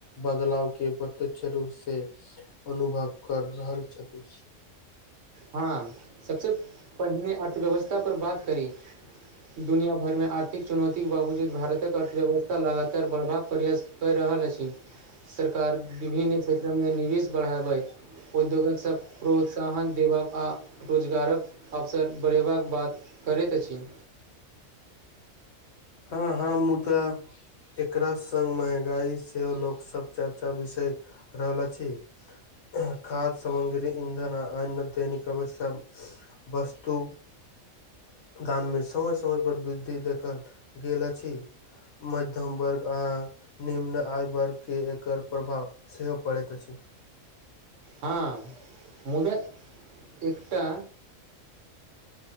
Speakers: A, on the left (about 65°); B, on the right (about 60°).
A: बदलाव के प्रत्यक्ष रूप से अनुभव कर रहल छथि
B: हँ सबसे पहिने अर्थव्यवस्था पर बात करी दुनिया भर मे आर्थिक चुनौती के बावजूद भारतक अर्थव्यवस्था लगातार बढ़बाक प्रयस कय रहल अछि सरकार विभिन्न क्षेत्र मे निवेश बढ़ाबै उद्योगक सभ प्रोत्साहन देबा आ रोजगारक अवसर बढ़ेबाक बात करैत अछि
A: हँ हँ मुदाऽ एकरा संग महंगाई सेहो लोक सब चर्चा विषय रहल अछि खाद सामग्री इन्धन अन दैनिकवश वस्तु दान मे समय समय पर वृद्धि देखल गेल अछि मध्यम वर्ग अ निम्न आयु वर्ग के एकर प्रभाव सेहो पड़ैत अछि
B: हँ मुदा एकटा